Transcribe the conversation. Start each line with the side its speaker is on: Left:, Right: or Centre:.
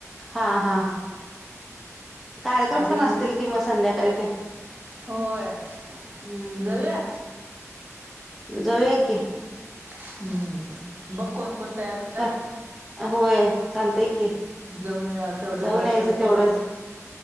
Centre: हा हा हा कार्यक्रम
Right: आज
Centre: पण
Right: एक
Centre: असतील
Right: दिव
Centre: किं म संध्याकाळी ते न
Right: होय
Centre: <inaudible> हम्
Right: जाऊया
Centre: जाऊया की.
Right: हम्म बघ कोण कोण तयार होत्यात.
Centre: का होय चालतय की.
Right: जाऊन येऊया तेवढंच
Centre: जाऊन
Right: दर्शन
Centre: यायचं
Right: करून
Centre: तेवढंच